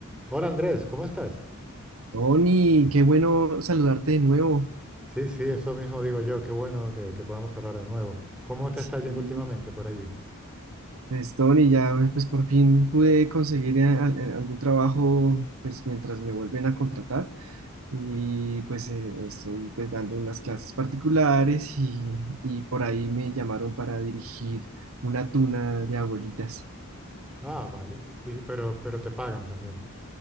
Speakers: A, in the centre; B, on the right.
A: Hola Andrés, ¿cómo estás?
B: Tony, qué bueno saludarte de nuevo.
A: Sí, sí, eso mismo digo yo, qué bueno que, que podamos hablar de nuevo. ¿Cómo te
B: Sí,
A: está yendo últimamente por allí?
B: pues Tony, ya eh, pues por fin pude conseguir a- a- algún trabajo pues mientras me vuelven a contratar y pues eh, estoy pues dando unas clases particulares y, y por ahí me llamaron para dirigir una tuna de abuelitas.
A: Ah, vale. Y- pero, pero te pagan también.